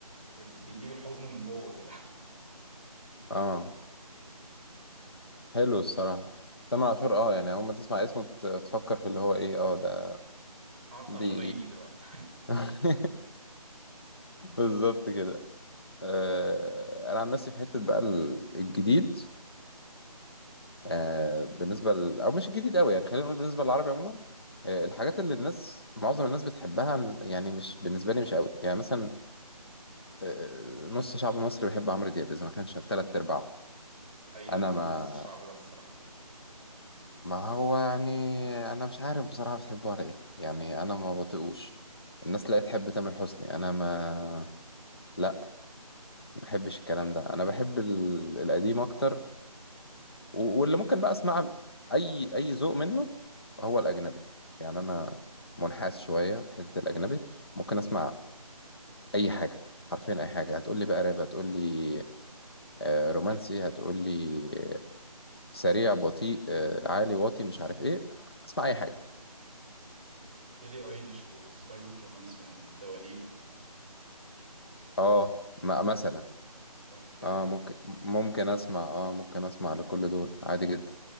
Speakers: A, on the right (about 20°); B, on the left (about 40°).
A: بيجيب الحزن من جوه كده
B: اه حلو الصراحة تامر عاشور اه يعني اول ما تسمع اسمه ت- تفكر في اللي هو ايه اه ده
A: <laughs> هقطع
B: دي
A: شراييني دلوقتي
B: <laughs> بالظبط كده آه، انا عن نفسي في حتة بقى ال- الجديد آه بالنسبة ل... أو مش الجديد أوي يعني خلينا نقول بالنسبة للعربي عموما آه الحاجات اللي الناس معظم الناس بتحبها يعني مش بالنسبة لي مش أوي يعني مثلا آه نص شعب مصر بيحب عمرو دياب إذا ما كانش تلات أرباعه
A: حقيقي
B: أنا
A: انا من
B: ما
A: نص الشعب ده الصراحه
B: ما هو يعني أنا مش عارف بصراحة بتحبه على إيه يعني أنا ما بطيقوش الناس لا تحب تامر حسني أنا ما لا ما بحبش الكلام ده أنا بحب ال... القديم أكتر و- واللي ممكن بقى اسمع اي اي ذوق منه هو الاجنبي يعني انا منحاز شويه لحته الاجنبي ممكن اسمع اي حاجه حرفيا اي حاجه هتقول لي بقى راب هتقول لي آه، رومانسي هتقول لي آه، سريع بطيء آه، عالي واطي مش عارف ايه اسمع اي حاجه
A: بيلي ايليش وسكارلت جوهانسون والدواليبة
B: اه م- مثلا
A: صح كده
B: اه ممكن ممكن اسمع اه ممكن اسمع لكل دول عادي جدا